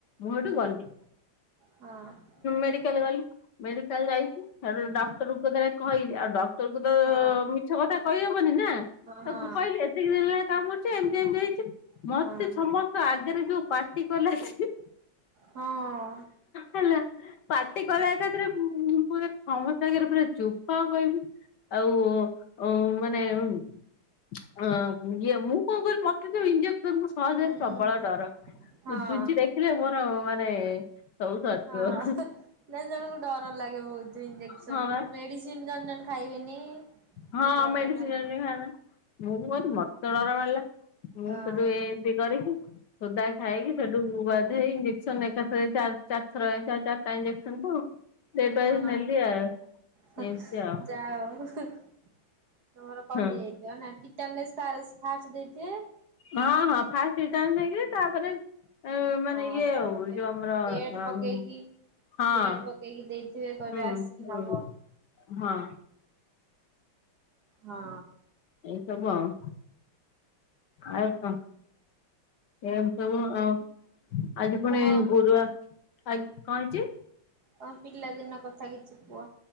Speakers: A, on the left (about 60°); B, on the right (about 50°).
A: ମୁଁ
B: ହୁଁ।
A: ହେଟୁ
B: ହଁ ହଁ
A: ଗଲି।
B: ହଁ
A: ମେଡିକାଲ୍ ଗଲି ମେଡିକାଲ୍ ଯାଇଚି ହେଟୁ ଡକ୍ଟରଙ୍କୁ ଯେତେଳେ କହିଲି ଆଉ ଡକ୍ଟର ତୋରକୁ ତ
B: ହଁ
A: ମିଛ କଥା କହିହବନି ନା।
B: ହଁ ହଁ
A: ତାକୁ କହିଲି ଏତିକି ଦିନ ହେଲାଣି କାମୁଡ଼ିଚି ଏମିତି ଏମିତି ହେଇଚି
B: ହୁଁ।
A: ମତେ ସମସ୍ତ
B: ହୁଁ
A: ଆଗରେ ଯୋଉ ପାଟି କଲା ସେ
B: ହଁ।
A: ହେଲା ପାର୍ଟି କଲା ଏକାଥରେ ମୁଁ ସମସ୍ତ ଆଗରେ ପୁରା ଚୁପ୍ କଣ କହିବି। ଆଉ ଉମ ମାନେ ହ ଇଏ ମୁଁ କଣ କରିବି ମତେ ତ ଇଞ୍ଜେସନ ସହଯରେ
B: ହୁଁ ହୁଁ
A: ପ୍ରବଳ ଡର
B: ହଁ ହଁ।
A: ମୁଁ ଛୁଞ୍ଚି ଦେଖିଲେ ମୋର ମାନେ ସବୁ ସରିଯିବ
B: ହଁ ହା ନା ଜଣଙ୍କୁ ଡର ଲାଗେ ବହୁତ। ଇଞ୍ଜେକ୍ସନ
A: ହଁ ବା
B: ମୁଁ ମେଡ଼ିସିନ୍ ଜନ୍ ଜନ୍ ଖାଇବେନି। ବହୁତ
A: ହଁ
B: ଡର
A: ମେଡ଼ିସିନ୍
B: ତାଙ୍କୁ
A: ଜଣେ ଜଣେ ଖାଇବେନି ମୁଁ କହିନି ମତେ ତ ଡର ଲାଗିଲା। ମୁଁ
B: ହଁ
A: ସେଠୁ ଏମିତି କରିକି ସୋଦା ଖାଇକି ସେଠୁ ବାଧ୍ୟ ହେଇ ଇଞ୍ଜେକ୍ସନ ଏକାଥରେ ଚାରି ଚାରିଥର ଚାରିଟା ଇଞ୍ଜେକ୍ସନ
B: <inaudible>
A: କୁ ଡେଟ୍ ୱାଇଜ୍
B: ହଁ
A: ନେଲି ଆଉ
B: ହୁ
A: ଏମିତି ଆଉ
B: ଯାହୋଉ। ହୁ ତମର କମି
A: ହଁ
B: ଯାଇଥିବ ନାକି। କ୍ୟାନେସ୍ ଫାରସ୍ ଫାଷ୍ଟ ଦେଇଦିଏ।
A: ହଁ ହଁ ଫାଷ୍ଟ ଟିଟାନେସ୍ ନେଇକି ତାପରେ ଉ ମାନେ
B: ହଁ
A: ଇଏ
B: ତାପରେ
A: ହଉ ଯୋଉ ଆମର
B: ଡେଟ୍
A: ଅମ୍
B: ପକେଇକି
A: ହଁ
B: ଡେଟ୍ ପକେଇକି ଦେଇଥିବେ କହିବେ
A: ହୁଁ
B: ଆସିକି
A: ହୁଁ
B: ନବ।
A: ହଁ।
B: ହଁ।
A: ଏସବୁ ଆଉ। ଆଉ କଣ। ଏମତି ସବୁ ଆଉ ଆଜି ପୁଣି
B: ତମ
A: ଗୁରୁବାର ଆଯି କଣ ହେଇଚି।
B: ତମ ପିଲାଦିନ କଥା କିଛି କୁହ